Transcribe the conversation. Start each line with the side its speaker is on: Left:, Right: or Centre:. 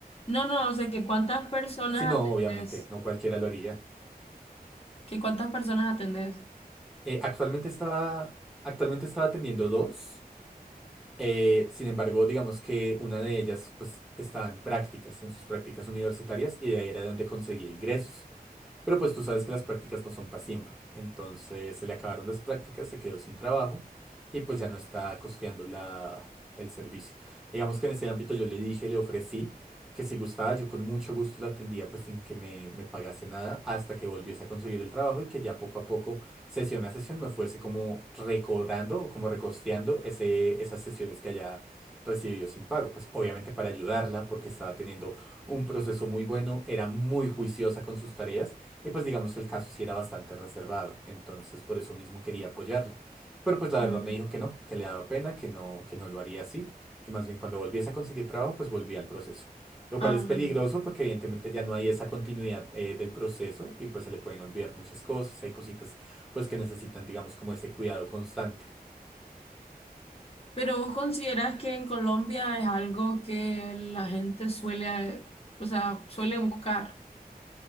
Left: No, no, o sea, que cuántas personas
Centre: Si no,
Left: atendés.
Centre: obviamente, no cualquiera lo haría.
Left: Que cuántas personas atendés.
Centre: Eh, actualmente estaba, actualmente estaba atendiendo dos. Eh, sin embargo, digamos que una de ellas pues estaba en prácticas, en sus prácticas universitarias y de ahí era donde conseguía ingresos. Pero pues tú sabes que las prácticas no son para siempre. Entonces se le acabaron las prácticas, se quedó sin trabajo y pues ya no está costeando la, el servicio. Digamos que en ese ámbito yo le dije, le ofrecí que si gustaba yo con mucho gusto la atendía pues sin que me, me pagase nada hasta que volviese a conseguir el trabajo y que ya poco a poco sesión a sesión me fuese como recordando o como recosteando ese, esas sesiones que haya recibido sin pago. Pues obviamente para ayudarla porque estaba teniendo un proceso muy bueno, era muy juiciosa con sus tareas y pues digamos el caso sí era bastante reservado. Entonces por eso mismo quería apoyarla. Pero pues la
Left: Ajá.
Centre: verdad me dijo que no, que le daba pena, que no, que no lo haría así, que más bien cuando volviese a conseguir trabajo pues volvía al proceso. Lo
Left: Ah,
Centre: cual es peligroso
Left: bueno.
Centre: porque evidentemente ya no hay esa continuidad eh, del proceso y pues se le pueden olvidar muchas cosas, hay cositas pues que necesitan, digamos, como ese cuidado constante.
Left: Pero vos considerás que en Colombia es algo que la gente suele, eh, o sea, suele buscar.